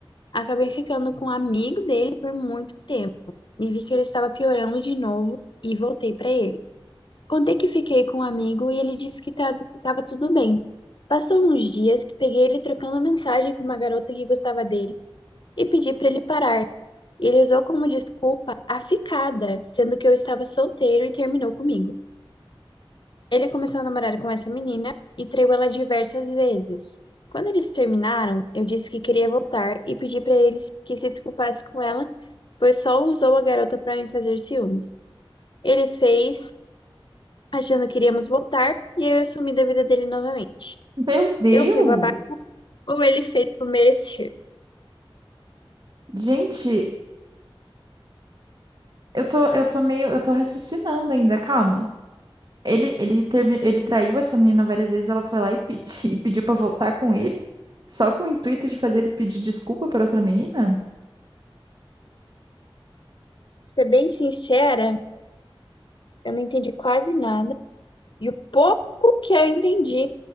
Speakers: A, on the left; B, on the right.
A: Acabei ficando com um amigo dele por muito tempo e vi que ele estava piorando de novo e voltei para ele. Contei que fiquei com um amigo e ele disse que estava tudo bem. Passou uns dias, peguei ele trocando mensagem com uma garota que gostava dele e pedi para ele parar e ele usou como desculpa a ficada, sendo que eu estava solteiro e terminou comigo. Ele começou a namorar com essa menina e traiu ela diversas vezes. Quando eles terminaram, eu disse que queria voltar e pedi para eles que se desculpasse com ela, pois só usou a garota para me fazer ciúmes. Ele fez, achando que iríamos voltar, e eu assumi da vida dele novamente.
B: Meu Deus!
A: Eu fui babaca ou ele fez por merecer.
B: Gente, eu tô, eu tô meio, eu tô raciocinando ainda, calma. Ele, ele, termi... ele traiu essa menina várias vezes, ela foi lá e, pedi... <laughs> e pediu pra voltar com ele, só com o intuito de fazer ele pedir desculpa pra outra menina?
A: Pra ser bem sincera, eu não entendi quase nada, e o pouco que eu entendi